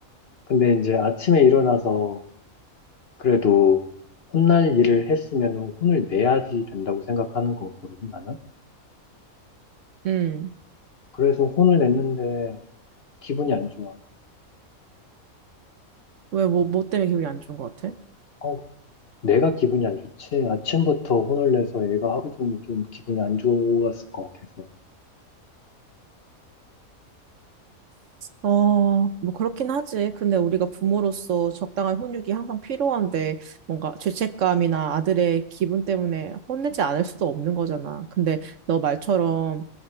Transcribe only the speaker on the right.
음.
왜, 뭐,
뭐 때문에 기분이 안 좋은 것 같아?
어, 뭐 그렇긴 하지. 근데 우리가 부모로서 적당한 훈육이 항상 필요한데 뭔가 죄책감이나 아들의 기분 때문에 혼내지 않을 수도 없는 거잖아. 근데 너 말처럼